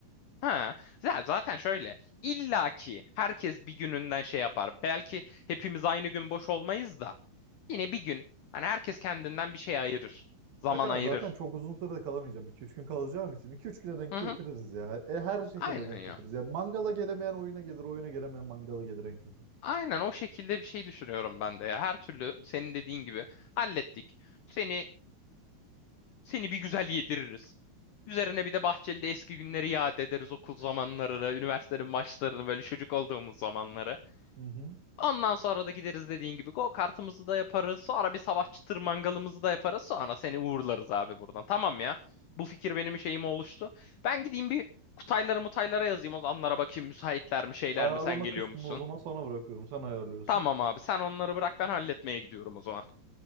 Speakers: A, on the left; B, on the right.
A: Ha, ya zaten şöyle. İlla ki herkes bir gününden şey yapar. Belki hepimiz aynı gün boş olmayız da. Yine bir gün. Hani herkes kendinden bir şey ayırır. Zaman
B: Ya kanka
A: ayırır.
B: zaten çok uzun sürede kalamayacağım. 2 üç gün kalacağım için 2 üç güne denk
A: Hı
B: getiririz
A: hı.
B: ya. E, her şekilde
A: Aynen
B: denk
A: ya.
B: getiririz. Ya mangala gelemeyen oyuna gelir, oyuna gelemeyen mangala gelir en kötü.
A: Aynen o şekilde bir şey düşünüyorum ben de ya. Her türlü senin dediğin gibi hallettik. Seni seni bir güzel yediririz. Üzerine bir de Bahçeli'de eski günleri yad ederiz okul zamanlarını, üniversitenin maçlarını, böyle çocuk olduğumuz zamanları.
B: Hı hı.
A: Ondan sonra da gideriz dediğin gibi go kartımızı da yaparız. Sonra bir sabah çıtır mangalımızı da yaparız. Sonra seni uğurlarız abi buradan. Tamam ya. Bu fikir benim şeyime oluştu. Ben gideyim bir Kutaylara mutaylara yazayım. O zamanlara bakayım müsaitler mi şeyler
B: Ayarlama
A: mi sen geliyormuşsun.
B: kısmını o zaman sana bırakıyorum. Sen ayarlıyorsun.
A: Tamam abi sen onları bırak ben halletmeye gidiyorum o zaman.